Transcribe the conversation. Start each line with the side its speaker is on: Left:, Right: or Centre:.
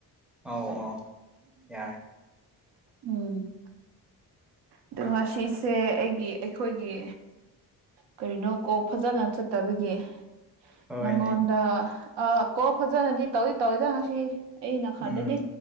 Centre: ꯑꯧ ꯑꯧ ꯌꯥꯔꯦ
Right: ꯎꯝ ꯑꯗꯨ ꯉꯁꯤꯁꯦ ꯑꯩꯒꯤ ꯑꯩꯈꯣꯏꯒꯤ ꯀꯔꯤꯅꯣ ꯀꯣ ꯐꯖꯅ ꯆꯠꯇꯕꯒꯤ ꯫
Centre: ꯍꯣꯏꯅꯦ
Right: ꯅꯪꯉꯣꯟꯗ ꯑ ꯀꯣꯜ ꯐꯖꯅꯗꯤ ꯇꯧꯗꯤ ꯇꯧꯋꯤꯗ ꯉꯥꯁꯤ ꯫ ꯑꯩꯅ ꯈꯟꯗꯗꯤ
Centre: ꯎꯝ